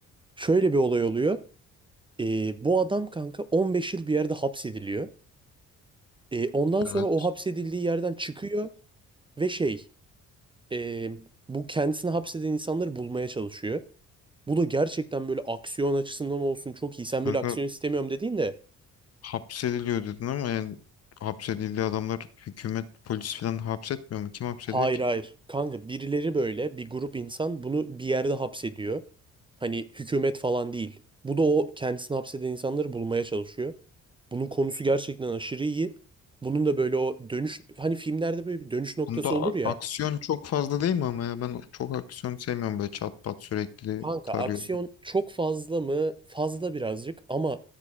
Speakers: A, on the right; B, on the left.
A: Şöyle bir olay oluyor. Ee, bu adam kanka 15 yıl bir yerde hapsediliyor. Ee, ondan sonra
B: Evet.
A: o hapsedildiği yerden çıkıyor ve şey e, bu kendisini hapseden insanları bulmaya çalışıyor. Bu da gerçekten böyle aksiyon açısından olsun çok iyi. Sen
B: Kanka
A: böyle aksiyon istemiyorum dediğin de
B: hapsediliyor dedin ama yani hapsedildiği adamlar hükümet polis falan hapsetmiyor mu? Kim hapsediyor
A: hayır
B: ki?
A: hayır. Kanka birileri böyle bir grup insan bunu bir yerde hapsediyor. Hani hükümet falan değil. Bu da o kendisini hapseden insanları bulmaya çalışıyor. Bunun konusu gerçekten aşırı iyi. Bunun da böyle o dönüş hani filmlerde böyle bir dönüş noktası
B: Bunda
A: olur
B: a-
A: ya.
B: aksiyon çok fazla değil mi ama ya ben çok aksiyon sevmiyorum böyle çat pat sürekli
A: Kanka
B: tarıyorum.
A: aksiyon çok fazla mı? Fazla birazcık ama